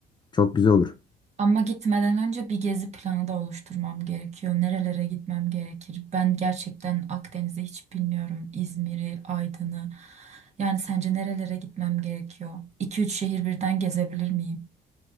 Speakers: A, on the left; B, on the right.
A: Çok güzel olur.
B: Ama gitmeden önce bir gezi planı da oluşturmam gerekiyor. Nerelere gitmem gerekir? Ben gerçekten Akdeniz'i hiç bilmiyorum. İzmir'i, Aydın'ı. Yani sence nerelere gitmem gerekiyor? 2-3 şehir birden gezebilir miyim?